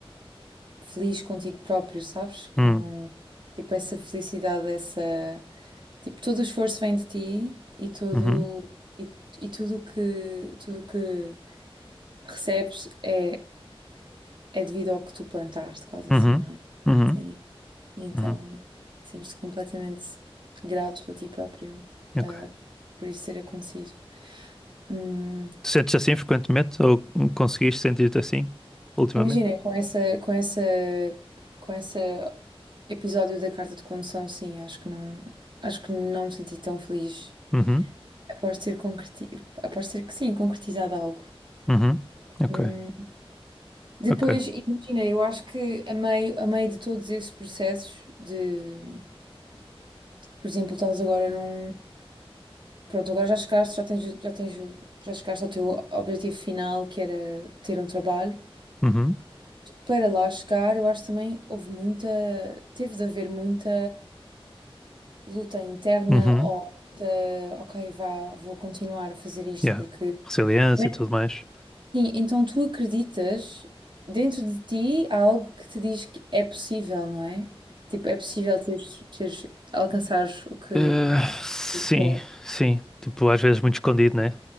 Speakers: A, on the right (about 50°); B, in the centre.
A: feliz contigo próprio, sabes? Com
B: Hum,
A: tipo essa felicidade, essa tipo todo o esforço vem de ti e todo
B: uhum,
A: e, e tudo o que tudo o que recebes é é devido ao que tu plantaste, quase assim,
B: uhum,
A: não é?
B: uhum,
A: Sim. E então
B: uhum,
A: sentes-te completamente grato a ti próprio,
B: ok.
A: ah, por isso ter acontecido. Hum,
B: Tu sentes assim frequentemente ou conseguiste sentir-te assim ultimamente?
A: Imagina, com essa, com essa, com esse episódio da carta de condução, sim, acho que não, acho que não me senti tão feliz.
B: Uhum,
A: Após ter concreti, após ter que sim, concretizado algo.
B: uhum, ok.
A: Hum, Depois,
B: Ok.
A: imagina, eu acho que a meio, a meio de todos esses processos de, por exemplo, estás agora num, pronto, agora já chegaste, já tens, o- já tens, o- já chegaste ao teu objetivo final, que era ter um trabalho.
B: Uhum.
A: Para lá chegar, eu acho também houve muita, teve de haver muita luta interna
B: Uhum.
A: ou luta, ok, vá, vou continuar a fazer isto
B: Yeah.
A: porque.
B: Resiliência
A: Mas,
B: e tudo mais.
A: Sim, então tu acreditas, dentro de ti há algo que te diz que é possível, não é? Tipo, é possível teres, teres, alcançares o que
B: Eh, sim,
A: queres.
B: sim. Tipo, às vezes muito escondido, né?